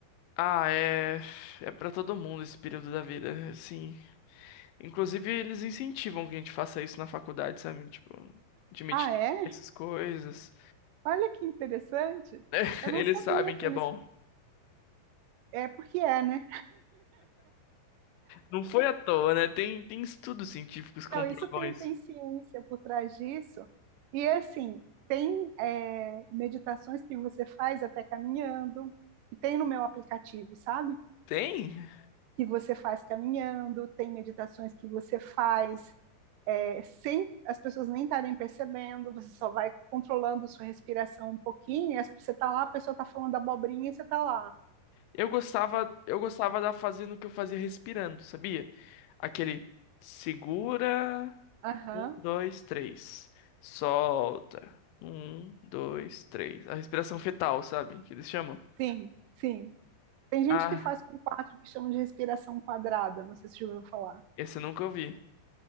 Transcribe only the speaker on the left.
Ah, é. É pra todo mundo esse período da vida, sim. Inclusive, eles incentivam que a gente faça isso na faculdade, sabe? Tipo, de meditar,
essas coisas.
<laughs>
Eles
sabem que
é bom.
Não foi à toa, né? Tem, tem estudos científicos que
comprovam
isso.
Tem?
Eu gostava, eu gostava da fazendo o que eu fazia respirando, sabia? Aquele segura,
um, dois, três. Solta. Um, dois, três. A respiração fetal, sabe? Que eles chamam.
Ah,
esse eu nunca ouvi.